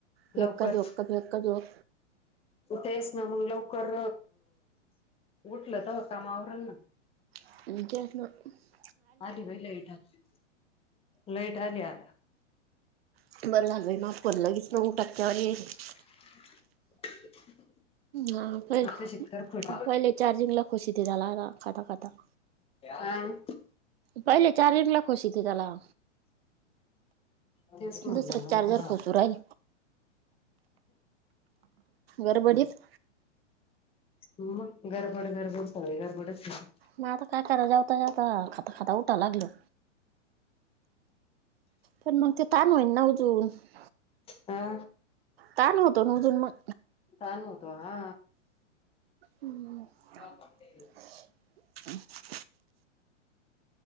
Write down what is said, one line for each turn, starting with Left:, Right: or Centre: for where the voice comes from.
Right: फेक्का
Left: लवकर
Right: जोक का फेक्का जोक
Left: तेच ना मग लवकर उठल तवा काम आवरण ना.
Right: <unintelligible>
Left: आली बाई लाईट आता, लाईट आली आता.
Right: बरं झाललं <unintelligible> टाकच्यावर <unintelligible>
Left: <inaudible>
Right: हा प
Left: आताशी करफट
Right: पहिले चार्जिंग ला खुशी <unintelligible> खाता खाता
Left: हा <inaudible>
Right: पहिले चार्जिंग ला खुशी <unintelligible> त्याला
Left: तेच म्हणलं
Right: दुसरं
Left: ना
Right: चार्जर
Left: आता.
Right: खोसू राहील गरबडीत.
Left: ह मग गरबड गरबड सगळी गर्बडच झाली.
Right: मग आता काय करा जावता जावता, खाता खाता उठाला लागलं. पण मग ते ताण होईन ना उजून <unintelligible>
Left: हा.
Right: ताण होतो ना उजून मग.
Left: ताण होतो हा.
Right: हम्
Left: <inaudible>
Right: <inaudible> <inaudible>